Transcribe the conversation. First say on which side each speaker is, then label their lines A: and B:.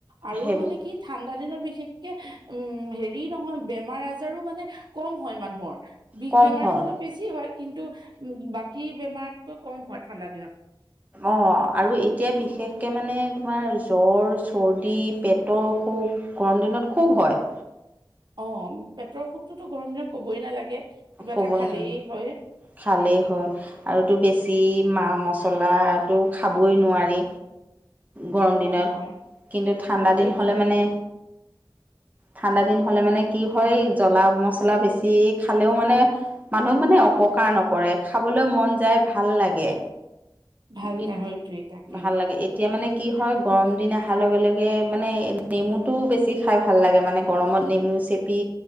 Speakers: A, on the right; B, on the right.
A: আৰু
B: সেইবিলাক
A: মানে কি ঠাণ্ডা দিনত বিশেষ কে উম হেৰি নহয় বেমাৰ আজাৰো মানে কম হয় মানুহৰ বিষ
B: কম
A: বেমাৰতটো
B: হয়
A: অলপ বেছি হয় কিন্তু উ বাকী বেমাৰতকৈ কম হয় ঠাণ্ডা দিনত।
B: অ আৰু এতিয়া বিশেষকে মানে তোমাৰ জ্বৰ চৰ্দি পেটৰ অসুখ গৰম দিনত খুব হয়।
A: অ পেটৰ অসুখটোতো গৰম দিনত কবই নালাগে কিবা
B: ক'ব
A: এটা খালেই
B: নোৱাৰি
A: হয়
B: খালেই হয় আৰুতো বেছি মা মছলাটো খাবই নোৱাৰি গৰম দিনত
A: হয় হয়
B: কিন্তু ঠাণ্ডা
A: সেইটোৱে
B: দিন হ'লে মানে ঠাণ্ডা দিন হলে মানে কি হয় জ্বলা মছলা বেছি খালেও মানে মানুহক মানে অপকাৰ নকৰে খাবলৈ মন যায় ভাল লাগে।
A: ভাল
B: কিন্তু
A: নহয় সেইটোৱে তাকেই
B: ভাল লাগে এতিয়া মানে কি কি হয় গৰম দিন অহাৰ লগে লগে মানে নেমুটো বেছি খাই ভাল লাগে মানে গৰমত নেমু চেপি